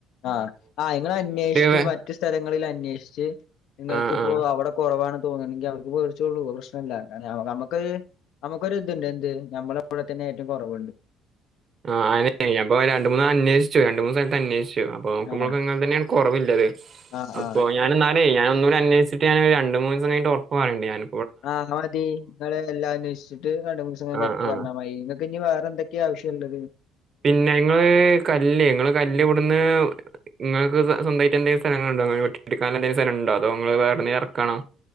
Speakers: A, on the left; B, on the right.
A: ആഹ് ആ നിങ്ങള് അന്വേഷിച്ച
B: വേ-
A: മറ്റു സ്ഥല ത്തിൽ അന്വേഷിച്ച് നിങ്ങൾക്കിപ്പോ
B: ആ ആ
A: അവിടെ കുറവാണ് തോന്നണെങ്കിൽ അവിടന്ന് വേടിച്ചോള്ളൂ പ്രശ്നല്ല നമ്മക് നമുക്കൊരു ഇതുണ്ട് എന്ത് നമ്മളെ പോലെ തന്നെ ഏറ്റവും കുറവുണ്ട്
B: ആ അയനെ ഞാനിപ്പൊ രണ്ട് മൂന്ന് അന്വേഷിച്ചു രണ്ട് മൂന്ന് സ്ഥലത്ത് അന്വേഷിച്ചു അപ്പൊ നോക്കുമ്പോഴക്കെ
A: ആഹ്
B: നിങ്ങൾതന്നെയ കൊറവില്ലത്
A: ആഹ്
B: അപ്പോ
A: ആഹ്
B: ഞൻ ന്ന അ ഞാന് ഒന്നൂടെ അന്വിച്ട്ട് ഞൻ ഒരു രണ്ട് മന്ന് ദിവസം കഴിഞ്ഞിട്ട് ഉറപ്പ് പറയണ്ട് ഞാന്
A: ആഹ് മതി നിങ്ങള് എല്ലാം അന്വേഷിച്ചിട്ട് രണ്ട് മൂന്ന് ദിവസം കഴിഞ്ഞിട്ട്
B: ആ
A: ഉറപ്
B: ആ
A: പറഞ്ഞാ മതി നിങ്ങക്ക് ഇനി വേറെന്തൊ ഒക്കെ ആവശ്യംമുള്ളത്
B: പിന്നെ ങ്ങള് കല്ല് നിങ്ങള് കല്ല് ഇവിടുന്ന് നിങ്ങക്ക് സ്വന്തായിട്ട് എന്തങ്കിലും സ്ഥലങ്ങളുണ്ടോ വെട്ടിയെടുക്കാൻ എന്തങ്കിലും സ്ഥലങ്ങൾ ഉണ്ടോ അതോ നിങ്ങൾ വേറെന്നെ ഇറക്കണോ